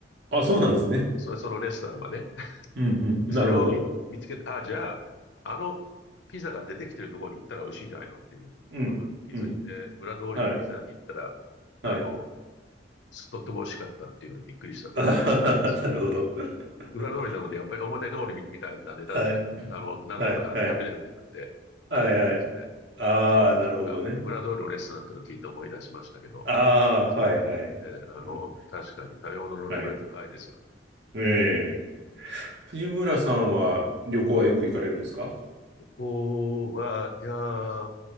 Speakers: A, on the right; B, on the left.
A: あ、そうなんですね。
B: そ、そのレストランはね。
A: うん、うん、
B: それを見、
A: なるほど。
B: 見つけて、あ、じゃあ、あのピザが出てきてるところに行ったら美味しいんじゃないのっていうことに気づいて、
A: うん、うん、
B: 裏通りのピザ屋に行ったら、
A: はい、はい。
B: あの、とっても美味しかったっていうのにびっくりした記憶がありますね。
A: あははなるほど。<laughs>
B: 裏通りなので、やっぱり表通りみみたいな値段じゃなくて、
A: はい、
B: あの、なんとか食べれる値段で食べれるですね。
A: はい、はい、はい、はい。ああ、
B: そうなんですよ。
A: なるほどね。
B: 今、裏通りのレストランっていうのを聞いて思い出しましたけど、
A: ああ、
B: そうですね。
A: はい、はい。
B: あの、
A: うん、
B: 確かに食べ物のレベル高いですよね
A: はい。ええ。藤村さんは旅行はよく行かれるんですか
B: 旅行は、いやー、